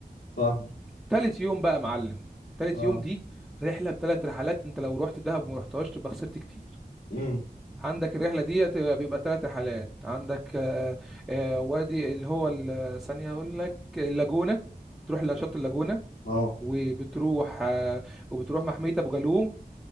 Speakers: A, on the left; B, in the centre.
A: فاهم
B: تالت يوم بقى يا معلم تالت
A: اه
B: يوم دي رحله بثلاث رحلات انت لو رحت دهب وما رحتهاش تبقى خسرت كتير
A: امم
B: عندك الرحله دي تبقى- بيبقى ثلاث رحلات عندك آه، آه، وادي اللي هو ال- ثانيه هقول لك اللاجونه تروح لشط اللاجونه
A: اه
B: وبتروح آه، وبتروح محميه ابو جالوم